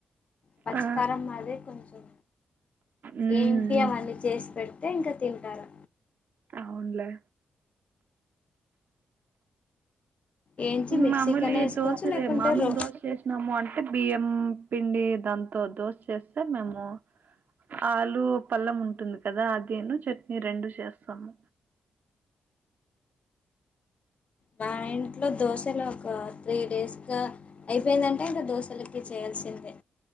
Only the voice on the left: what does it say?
పచ్చికారం
మాదే కొంచెం
ఏంం
టి అవన్నీ చేసి పెడితే ఇంకా తింటారుా
ఏంచి మిక్సీకనే
వేసుకోవచ్చు
లేకుంటే
రో
మా ఇంట్లో దోశలు ఒక త్రీ డేస్ దాక అయిపోయిందంటే ఇంక దోశలకి చేయాల్సిందే